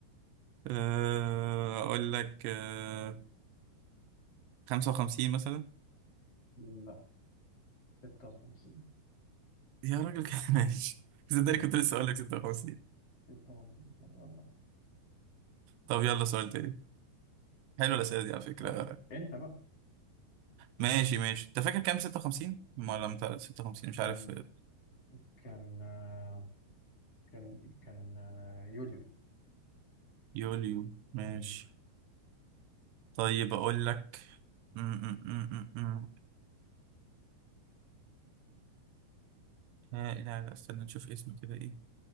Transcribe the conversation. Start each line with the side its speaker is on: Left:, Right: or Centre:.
Right: أه، اقول لك أه، 55 مثلا
Left: لا 56
Right: يا راجل كده <laughs> ماشي صدقني
Left: مم.
Right: كنت لسه اقول لك 56
Left: 56 طب يلا
Right: طب يلا سؤال تاني حلوه الاسئله دي على فكره
Left: ماشي أنت بقى
Right: ماشي ماشي انت فاكر كام 56 ما لم تعرف 56 مش
Left: كان
Right: عارف
Left: كان آه، كان كان آه، يوليو
Right: يوليو ماشي
Left: مم.
Right: طيب اقول لك م- م- م- م- م. ها- لا لا استنى نشوف اسمه كده ايه